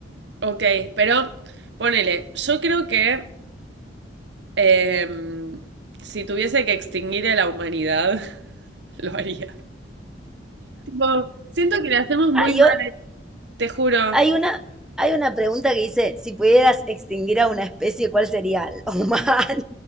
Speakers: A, on the right; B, in the centre.
A: Ok, pero ponele, yo creo que em, si tuviese que extinguir a la humanidad, <laughs> lo haría. Tipo, siento que le hacemos muy
B: Ah, yo,
A: mal, eh, te juro,
B: hay una, hay una pregunta que dice, si pudieras extinguir a una especie, ¿cuál sería? ¿El humano?